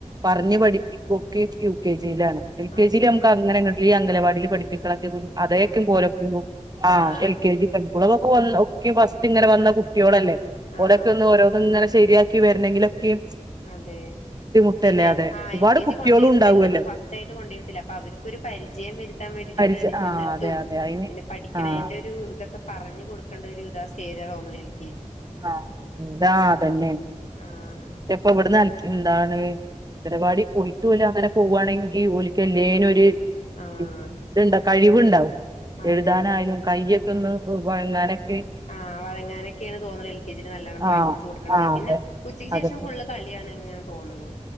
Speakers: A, on the right (about 30°); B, on the left (about 65°).
A: പറഞ്ഞ് പഠിപ്പിക്കും കേക്കു കേ എൽ കെ ജിലാണ് എൽ
B: ആ
A: കെ
B: അതെ
A: ജി ല് നമുക്ക് അങ്ങനെ അങ്ങ ഈ അംഗലവാടില് പഠിപ്പി <unintelligible> അതേക്കും പോലെ പോവും ആ
B: ആഹ്
A: എൽ കെ ജി പഠി സ്കൂളിന്ന് വന്ന ഒക്കെ ഫസ്റ്റ് ഇങ്ങനെ വന്ന കുട്ട്യോളല്ലേ
B: ആഹ്
A: ഓലെ <unintelligible> ഓരോന്ന്ങ്ങനെ സ്കു ശരിയാക്കി വരണെങ്കിലൊക്കെയും
B: അതെ
A: ബുദ്ധിമുട്ടല്ലേ
B: പിന്നെ
A: അതെ
B: ആ
A: ഒരുപാട്
B: എൽ കെ
A: കുട്ടികളും
B: ജി കൊണ്ടയിരുത്തല്ല
A: ഉണ്ടാവുമല്ലോ
B: നമ്മള് ഫസ്റ്റ് ആയിട്ട് കൊണ്ടരത്തില്ല അപ്പൊ അവർക്ക്ൊരു പരിചയം വരുത്താൻ വേണ്ടിട്ട്
A: പരിച
B: അവരവ്ടെ ഇരുന്നിട്ടും
A: ആഹ് അതെ അതെ അയിന്
B: പിന്നെ പഠിക്കണേന്റെ
A: ആഹ്
B: ഒരു ഇതൊക്കെ പറഞ്ഞ് കൊടുക്കേണ്ട ഒരു ഇതാ സ്റ്റേജാ തോന്ന്ണ് എ ൽ
A: ആ ഇതാ അതന്നെ
B: ആഹ്
A: പ്പ ഇവിടെ <unintelligible> എന്താണ് അംഗൻവാടി
B: കുട്ടി
A: പൊയിട്ടുല്ല അങ്ങനെ പുവാണെങ്കി ഓൽക്ക് എല്ലെനൊര്
B: ആഹ്
A: <unintelligible> ണ്ട കഴിവ്ണ്ട ടൗ
B: അതെ
A: എഴുതാനായാലും കയ്യൊക്കൊന്ന് <unintelligible>
B: ആ വഴങ്ങാനെക്കെണ് തോന്നണ് എൽ കെ ജി ല് നല്ലണം പ്രാക്ടീസ്
A: ആഹ്
B: കൊടുക്കണതെ
A: ആഹ്
B: പിന്നെ
A: അതെ
B: ഉച്ച ച്ചക്ക്
A: അതെ
B: ശേഷം ഫുള് കളിയാണ്ങ്ങ് തോന്നുണു